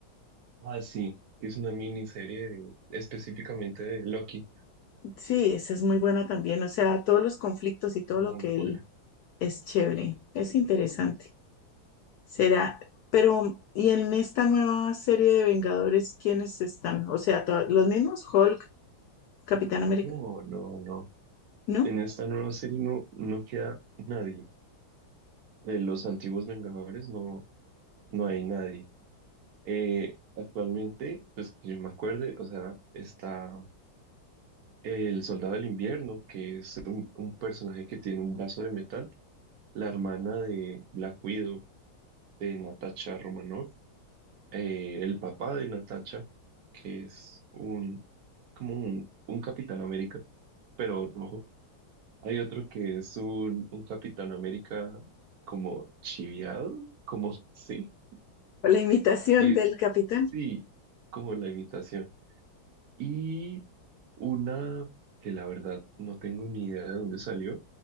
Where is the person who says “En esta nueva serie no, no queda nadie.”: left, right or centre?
Right